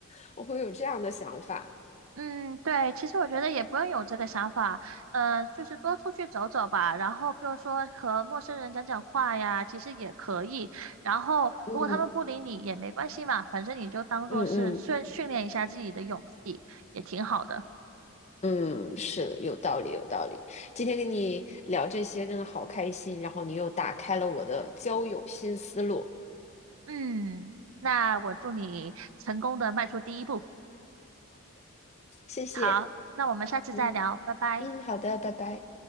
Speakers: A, on the left; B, on the right.
A: <laughs> 我会有这样的想法。
B: 嗯，对，其实我觉得也不用有这个想法，呃，就是多出去走走吧，然后比如说和陌生人讲讲话呀，其实也可以。然后如果他们不理你也没关系嘛，
A: 嗯
B: 反正你就当做是训训练一下自己的勇气，
A: 嗯嗯。
B: 也挺好的。
A: 嗯，是的，有道理，有道理。今天跟你聊这些真的好开心，然后你又打开了我的交友新思路，
B: 嗯，那我祝你成功的迈出第一步。
A: 谢谢。
B: 好，那我们下次再聊，
A: 嗯
B: 拜拜。
A: 嗯，好的，拜拜。